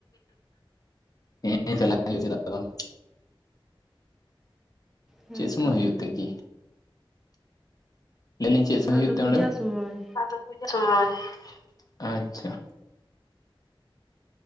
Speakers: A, on the left; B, in the centre.
A: ᱦᱮᱸ ᱪᱟᱞᱟᱜ ᱟᱹᱞᱤᱧ ᱪᱮᱫᱟᱜ ᱵᱟᱝ,
B: ᱦᱮᱸ
A: ᱪᱮᱫ ᱥᱚᱢᱚᱭ
B: ᱛᱚ
A: ᱦᱩᱭᱩᱜ ᱛᱮ ᱠᱤ ᱞᱟᱹᱭᱫᱤᱧ ᱪᱮᱫ ᱥᱚᱢᱚᱭ
B: ᱚᱱᱟ
A: ᱦᱩᱭᱩᱜ ᱛᱮ
B: ᱯᱩᱡᱟᱹ
A: ᱚᱸᱰᱮ ᱫᱚ?
B: ᱥᱚᱢᱚᱭ
A: <unintelligible> ᱟᱪᱪᱷᱟ